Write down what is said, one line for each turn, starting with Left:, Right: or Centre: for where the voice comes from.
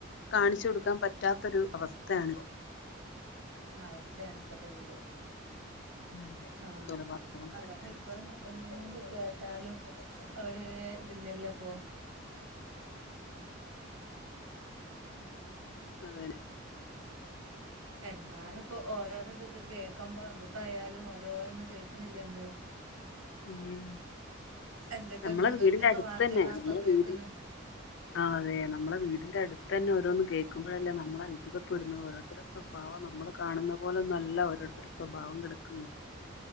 Left: കാണിച്ചു കൊടുക്കാൻ പറ്റാത്തൊര് അവസ്ഥയാണ് പൊ
Right: അവസ്ഥയാണ് ഇപ്പത്തതില്
Left: അതെ
Right: ആ
Left: കൊലപാതകം സ്ത്രീധനം
Right: അതാണ് ഇപ്പ എന്ത് കേട്ടാ ഹലോ ഒര് ദില്ലില്ല പോ
Left: അതെനെ
Right: എന്താണ് ഇപ്പോ ഓരോരോതക്കെ കേക്കുമ്പോ നമ്മുക്ക് കയാലും ഓരോന്നും കേക്കണില്ലേ നമ്മള്
Left: ഉം
Right: എന്തക്കനൂ
Left: നമ്മളെ വീടിന്റെ
Right: എന്തക്ക
Left: അടുത്ത്
Right: വാർത്തകള
Left: തന്നെ
Right: ഇപ്പൊ
Left: നമ്മളെ
Right: കേക്ക്ന്നെ
Left: വീട് ആ അതെ നമ്മള വീടിന്റെ അടുത്ത് തന്നെ ഓരോന്നും കേൾക്കുമ്പോഴല്ലേ നമ്മള അത്ഭുതപ്പെടുന്ന ഓരോരുത്തരു സ്വഭാവം നമ്മൾ കാണുന്ന പോലെന്നല്ല ഓരോരുത്തരു സ്വഭാവം കിടക്കുന്നത്